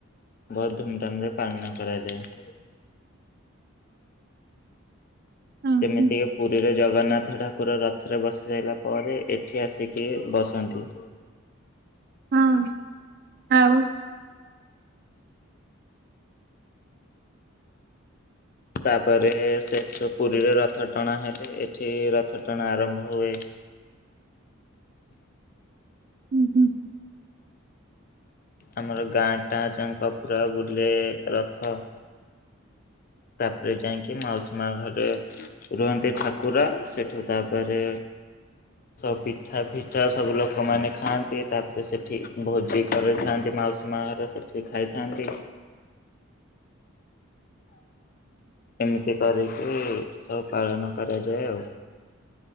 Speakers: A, on the left (about 40°); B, on the right (about 45°).
A: ବହୁତ ଧୁମଧାମରେ ପାଳନ କରାଯାଏ।
B: ଓହୋ
A: ଯେମିତିକୀ ପୁରୀରେ ଜଗନ୍ନାଥ ଠାକୁର ରଥରେ ବସି ସାଇଲା ପରେ ଏଠି ଆସିକି ବସନ୍ତି।
B: ହଁ ଆଉ
A: ତାପରେ ସେଠୁ ପୁରୀରେ ରଥ ଟଣା ହେଲେ ଏଠି ରଥ ଟଣା ଆରମ୍ଭ ହୁଏ।
B: ଓହୋ
A: ଆମର ଗାଁଟା ଯାଙ୍କ ପୁରା ବୁଲେ ରଥ। ତାପରେ ଯାଇଁକି ମାଉସୀ ମା ଘରେ ରୁହନ୍ତି ଠାକୁର ସେଠୁ ତାପରେ ତ ପିଠା ଫିଠା ସବୁ ଲୋକମାନେ ଖାଆନ୍ତି ତାପରେ ସେଠି ଭୋଜି କରିଥାନ୍ତି ମାଉସୀ ମା ଘରେ ସେ ସେ ଖାଇଥାନ୍ତି। ଏମିତି କରିକି ସବୁ ପାଳନ କରାଯାଏ ଆଉ।